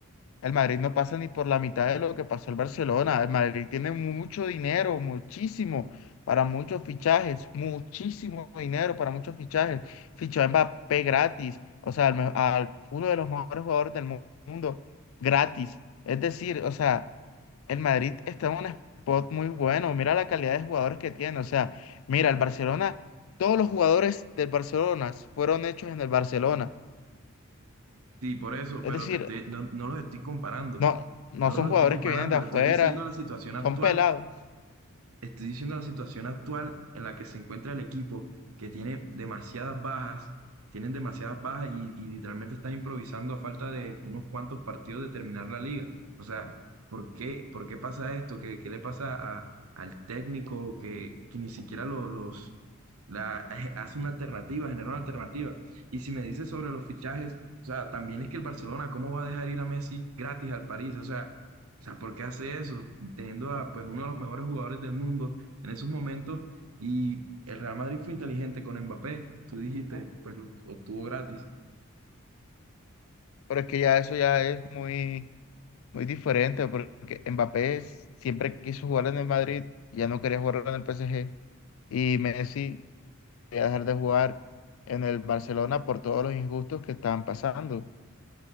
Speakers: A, on the left; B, on the right.
A: El Madrid no pasa ni por la mitad de lo que pasó el Barcelona. El Madrid tiene mucho dinero, muchísimo, para muchos fichajes, muchísimo dinero para muchos fichajes. Fichó a Mbappé gratis, o sea, al, me- al- uno de los mejores jugadores del mu- mundo gratis. Es decir, o sea, el Madrid está en un spot muy bueno. Mira la calidad de jugadores que tiene. O sea, mira, el Barcelona, todos los jugadores del Barcelona fueron hechos en el Barcelona.
B: Sí, por eso,
A: Es
B: pero
A: decir,
B: te estoy- no, no los estoy comparando,
A: no, no
B: no
A: son
B: los
A: jugadores
B: estoy comparando,
A: que vienen de afuera
B: estoy diciendo la situación actual
A: Son pelados.
B: Estoy diciendo la situación actual en la que se encuentra el equipo, que tiene demasiadas bajas, tienen demasiadas bajas y, y literalmente están improvisando a falta de unos cuantos partidos de terminar la liga. O sea, ¿por qué, por qué pasa esto? ¿Qué, qué le pasa a- al técnico que, que ni siquiera lo- los la, eh, hace una alternativa, genera una alternativa? Y si me dices sobre los fichajes, o sea, también es que el Barcelona, ¿cómo va a dejar ir a Messi gratis al París? O sea, o sea, ¿por qué hace eso? Teniendo a pues, uno de los mejores jugadores del mundo en esos momentos y el Real Madrid fue inteligente con Mbappé. Tú dijiste, pues lo obtuvo gratis.
A: Pero es que ya eso ya es muy, muy diferente, porque Mbappé es- siempre quiso jugar en el Madrid, ya no quería jugar en el PSG. Y Messi quería dejar de jugar en el Barcelona por todos los injustos que estaban pasando.